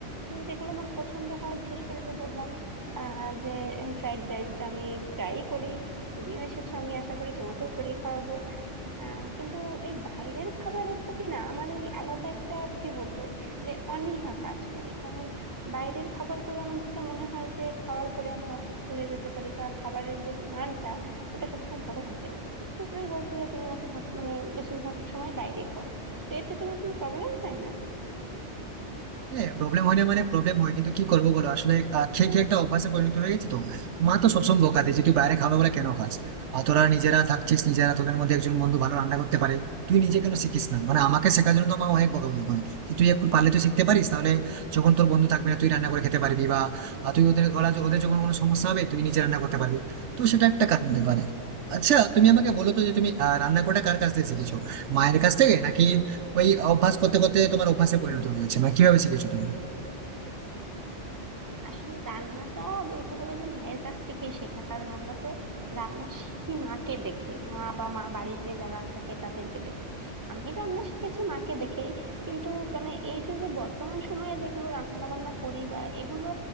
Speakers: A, on the right (about 15°); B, on the right (about 75°).
A: উম যেগুলো আমার পছন্দ হয় বিশেষ করে যে বললাম যে ফ্রাইড রাইসটা আমি প্রায়ই করি তুমিও এসেছো আমি আশা করি তোমাকেও করে খাওয়াবো আহ, কিন্তু এই বাইরের খাবারের প্রতি না আমার এই আলাদা একটা কি বলবো যে অনীহা কাজ করে কারণ বাইরের খাবারগুলো আমার যেটা মনে হয় যে খাওয়ার পরে আমি অসুস্থ হয়ে যেতে পারি বা খাবারের যে মানটা ওটা সবসময় ভালো থাকে না তুমি বলছো যে তুমি নাকি সব- মানে বেশিরভাগ সময় বাইরে খাও তো এতে তোমার কোনো প্রবলেম হয় না
B: হ্যাঁ প্রবলেম হয় না মানে প্রবলেম হয় কিন্তু কি করবো বলো আসলে আহ, খেয়ে খেয়ে একটা অভ্যাসে পরিণত হয়ে গেছি তো মা তো সবসময় বকা দেয় যে তুই বাইরে খাবে বলে কেন খাস আর তোরা নিজেরা থাকছিস নিজেরা তোদের মধ্যে একজন বন্ধু ভালো রান্না করতে পারে তুই নিজে কেন শিখিস না মানে আমাকে শেখার জন্য তো মা অনেক বকাবকি করে যে তুই একটু পারলে তো শিখতে পারিস তাহলে যখন তোর বন্ধু থাকবে না তুই রান্না করে খেতে পারবি বা আহ, তুই ওদের ওরা ওদের যখন কোনো সমস্যা হবে তুই নিজে রান্না করতে পারবি তো সেটা একটা কারণ হতে পারে আচ্ছা তুমি আমাকে বলো তো যে তুমি আহ, রান্না করাটা কার কাছ থেকে শিখেছো মায়ের কাছ থেকে নাকি ওই অভ্যাস করতে করতে তোমার অভ্যাসে পরিণত হয়েছে মানে কিভাবে শিখেছো তুমি
A: আসলে রান্নাটা বলতে হবে যে মায়ের কাছ থেকেই শেখা কারণ আমরা তো রান্না শিখি মাকে দেখে মা বা মা বাড়িতে যারা থাকে তাদেরকে দেখে আমি রান্না শিখেছি মাকে দেখেই কিন্তু মানে এই যে যে বর্তমান সময়ে যেগুলো রান্না বান্না করি বা এগুলো